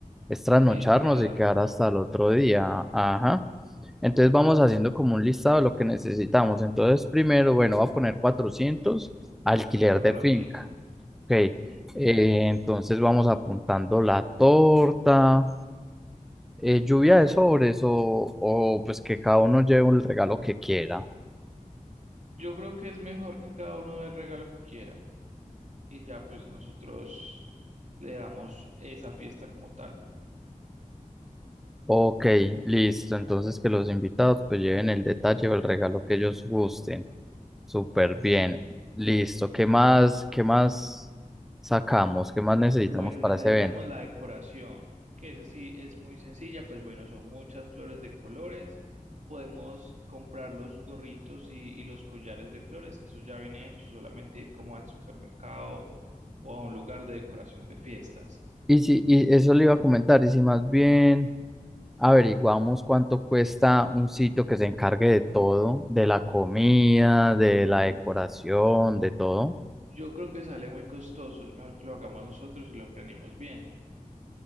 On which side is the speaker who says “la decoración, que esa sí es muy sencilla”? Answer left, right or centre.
Right